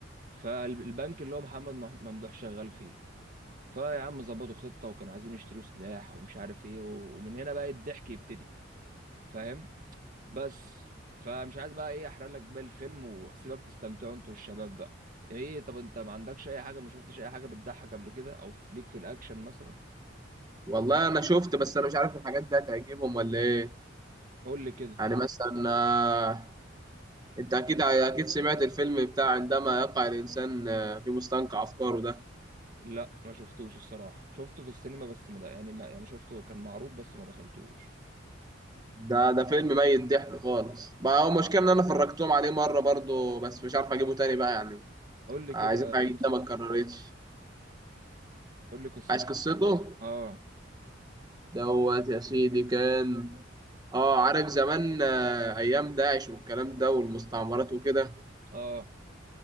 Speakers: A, on the right (about 45°); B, on the right (about 20°).
A: فالبنك اللي هو محمد مح- ممدوح شغال فيه فيا عم ظبطوا خطة وكانوا عايزين يشتروا سلاح ومش عارف ايه و- ومن هنا بقى الضحك يبتدي فاهم بس فمش عايز بقى ايه احرق لك بقى الفيلم وسيبك تستمتعوا انتوا والشباب بقى ايه طب انت ما عندكش اي حاجة ما شفتش اي حاجة بتضحك قبل كده او في ليك في الاكشن مثلا
B: والله انا شفت بس انا مش عارف الحاجات دي هتعجبهم ولا ايه
A: قول لي كده
B: يعني مثلا آه، انت اكيد اكيد سمعت الفيلم بتاع عندما يقع الانسان آه، في مستنقع افكاره ده
A: لا ما شفتوش الصراحة شفته في السينما بس ما د- يعني ما يعني شفته كان معروض بس ما دخلتوش
B: ده ده فيلم ميت ضحك خالص بقى هو المشكله ان انا فرجتهم عليه مره برضو بس مش عارف اجيبه تاني بقى يعني
A: قول لي
B: عايزين
A: كده قصته
B: حاجه جديده ما اتكررتش
A: قول لي قصته
B: عايز قصته
A: اه
B: دوت يا سيدي كان اه عارف زمان آه، ايام داعش والكلام ده والمستعمرات وكده
A: اه